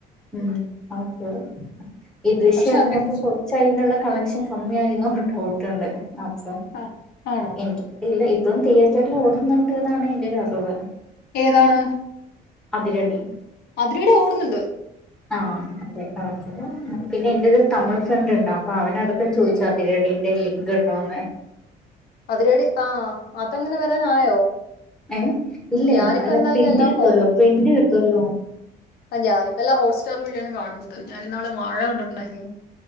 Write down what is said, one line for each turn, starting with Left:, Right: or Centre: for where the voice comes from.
Centre: ഉം ഓക്കെ ഈ ദൃശ്യം
Left: പക്ഷെ
Centre: ഇറങ്ങപ്പോ
Left: അതിനെ കുറിച്ച്
Centre: പോ ചൈനുള്ള കളക്ഷൻ കമ്മി ആയി എന്നൊരു ഡൗട്ട്ണ്ട് അപ്പൊ
Left: ആഹ് ആണോ
Centre: എനിക്ക്‌ ഇല്ല ഇപ്പും തിയേറ്ററിൽ ഓടുന്നുണ്ട് എന്നാണ് എന്റെ ഒരു അറിവ്
Left: ഏതാണ്
Centre: അതിരടി.
Left: അതിരടി ഓടുന്നുണ്ട്.
Centre: ആഹ് അതെ ഓ പിന്നെ എന്റെരു തമിഴ് ഫ്രണ്ട്ണ്ട് അപ്പൊ അവനതൊക്കെ ചോദിച്ചാ അതിരടി ന്റെ ലിങ്ക് ഉണ്ടോന്ന്.
Left: അതിരടി ആഹ് അതങ്ങനെ വരാനായോ?
Centre: ഏഹ് ഇല്ലില്ല
Left: ഞാനിപ്പോ
Centre: അല്ല
Left: എന്തായാലും
Centre: പ്രിന്റ്
Left: എല്ലാം
Centre: കിട്ടുവല്ലോ പ്രിന്റ് കിട്ടുവല്ലോ.
Left: ആഹ് ഞാനിപ്പ എല്ലാ ഹോട്സ്റ്റാർ വഴിയാണ് കാണുന്നത് ഞാാനിന്നാള് വാഴ കണ്ടിട്ടുണ്ടായിരുന്നു.